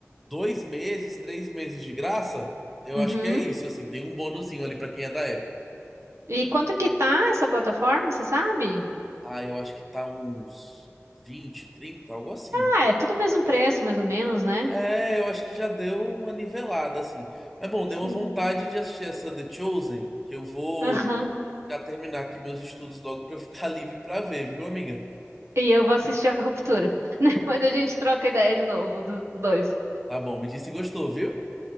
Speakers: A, in the centre; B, on the right (about 70°).
A: dois meses, três meses de graça. Eu
B: Uhum.
A: acho que é isso, assim, tem um bonuzinho ali pra quem é da Apple.
B: E quanto que tá essa plataforma, você sabe?
A: Ah, eu acho que tá uns 20, 30, algo assim.
B: Ah, é tudo o mesmo preço, mais ou menos, né?
A: É, eu acho que já deu uma nivelada, assim. Mas bom,
B: Sim.
A: deu uma vontade de assistir essa The Chosen, que eu vou
B: Aham.
A: já terminar aqui meus estudos logo pra eu ficar <laughs> livre pra ver, viu, amiga?
B: E eu vou assistir a Ruptura. <laughs> Depois a gente troca ideia de novo dos dois.
A: Tá bom, me disse se gostou, viu?